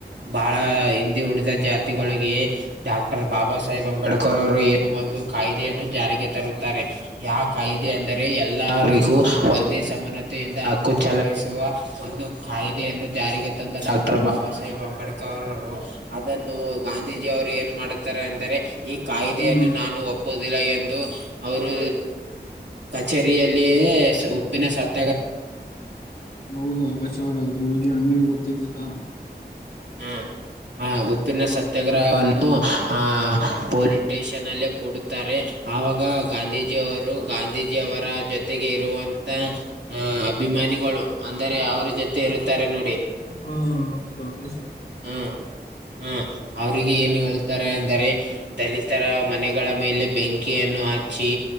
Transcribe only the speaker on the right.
ಬಹಳ ಹಿಂದೆ ಉಳಿದ ಜಾತಿಗಳಿಗಗೇ ಡಾಕ್ಟರ್ ಬಾಬಾ ಸಾಹೇಬ್ ಅಂಬೇಡ್ಕರ್ ಅವರು ಏನು ಒಂದು ಕಾಯ್ದೆಯನ್ನು ಜಾರಿಗೆ ತರುತ್ತಾರೆ ಯಾ ಕಾಯ್ದ ಅಂದರೆ ಎಲ್ಲರಿಗೂ ಒಂದೇ ಸಮಾನತೆಯಿಂದ ಹಕ್ಕು ಚಲಾಯಿಸುವ ಒಂದು ಕಾಯ್ದೆಯನ್ನು ಜಾರಿಗೆ ತಂದ ಡಾಕ್ಟರ್ ಬಾಬಾ ಸಾಹೇಬ್ ಅಂಬೇಡ್ಕರ್ರವರು ಅದನ್ನು ಗಾಂಧೀಜಿ ಅವರು ಏನು ಮಾಡುತ್ತಾರೆ ಅಂದರೆ ಈ ಕಾಯ್ದೆಯನ್ನು
ನಾ ನಾನು ಒಪ್ಪುದಿಲ್ಲ ಎಂದು ಅವರೂ ಕಚೇರಿಯಲ್ಲಿ ಸ್ ಉಪ್ಪಿನ ಸತ್ತ್
ಹ್ಮ ಹ ಉಪ್ಪಿನ ಸತ್ಯಾಗ್ರಹವನ್ನು ಹಾ ಪೊಲೀಸ್ ಸ್ಟೇಷನ್ ಅಲ್ಲೇ ಕೂಡುತ್ತಾರೆ ಆವಾಗ ಗಾಂಧೀಜಿಯವರು ಗಾಂಧೀಜಿ. ಜವರಾಜನ್ ತೆಗೆ ಇರುವಂತ ಅಭಿಮಾನಿಗಳು ಅಂದರೆ ಅವರ ಜೊತೆ ಇರುತ್ತಾರೆ ನೋಡಿ.
ಹ್ಮ್ ಹ ಅವ್ರಿಗೆ ಏನು ಹೇಳುತ್ತಾರೆ ಅಂದರೆ ದಲಿತರ ಮನೆಗಳ ಮೇಲೆ ಬೆಂಕ್ ಕೆಯನ್ನು ಹಚ್ಚಿ